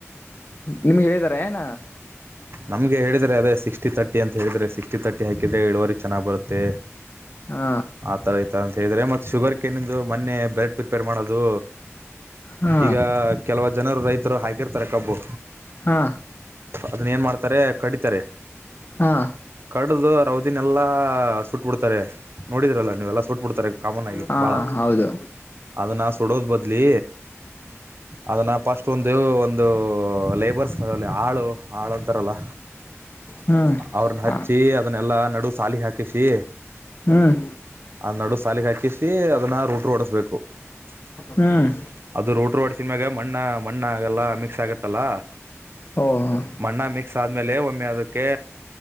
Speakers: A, on the left; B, on the right.
A: ನಿಮ್ಗೆ ಹೇಳಿದಿದ್ದಾರೆ ಏನ
B: ನಮಗೆ ಹೇಳಿದರೆ ಅದೇ ಸಿಕ್ಸ್ಟಿ ತರ್ಟಿ ಅಂತ ಹೇಳಿದರೆ ಸಿಕ್ಸ್ಟಿ ತರ್ಟಿಕಿದರೆ ಇಳುವರಿ ಚೆನ್ನಾಗಿ ಬರುತ್ತೆ
A: ಹಾ
B: ಆಥರ ಈತರ ಅಂತ ಹೇಳಿದ್ರೆ ಮತ್ತ ಶುಗರ್ ಕನಂದು ಮೊನ್ನೆ ಬ್ರೆಡ್ ಪ್ರಿಪೇರ್ ಮಾಡೋದು
A: ಹಾ
B: ಈಗ ಕೆಲವ ಜನರು ರೈತರು ಹಾಕಿರ್ತಾರೆ ಕಬ್ಬು
A: ಹಾ
B: ಅದನ್ನ ಏನು ಮಾಡ್ತಾರೆ ಕಡಿತಾರೆ
A: ಹಾ
B: ಕಡ್ದು ರೌದಿನೆಲ್ಲಾ ಸುಟ್ ಬಿಡ್ತಾರೆ ನೋಡಿದ್ರಲ್ಲ ನೀವೆಲ್ಲ ಸುಟ್ ಬಿಡ್ತಾರೆ ಕಾಮನ್ ಆಗಿ
A: ಹಾ
B: ಬಾಳ
A: ಹೌದು
B: ಅದನ್ನ ಸುಡೋದು ಬದ್ಲಿ ಅದನ್ನ ಫಸ್ಟ್ ಒಂದು ಒಂದು ಲೇಬರ್ಸ್ ಅಲ್ಲಿ ಹಾಳು ಹಾಳಂತಾರಲ್ಲ
A: ಹ್ಮ್
B: ಅವ್ರನ್ನ
A: ಹ
B: ಹಚ್ಚಿ ಅದನ್ನೆಲ್ಲಾ ನಡುವ ಸಾಲಿಗೆ ಹಾಕಿ ಹಾಕಿಸಿ
A: ಹ್ಮ್
B: ಅದ ನಡು ಸಾಲಿಗೆ ಹಾಕಿಸಿ ಅದನ್ನ ರೂಟ್ರು ಓಡಿಸ್ಬೇಕು
A: ಹ್ಮ್
B: <inaudible> ಅದು ರೋಟ್ರ ಒಡಸಿದ ಮ್ಯಾಗ ಮಣ್ಣ ಮಣ್ಣ ಆಗಲ್ಲ ಮಿಕ್ಸ ಆಗತ್ತಲ್ಲ...
A: <inaudible> ಒಹ್...
B: ಮಣ್ಣಗ ಮಿಕ್ಸ ಆದ್ಮೇಲೆ ಒಮ್ಮೆ ಅದಕ್ಕೆ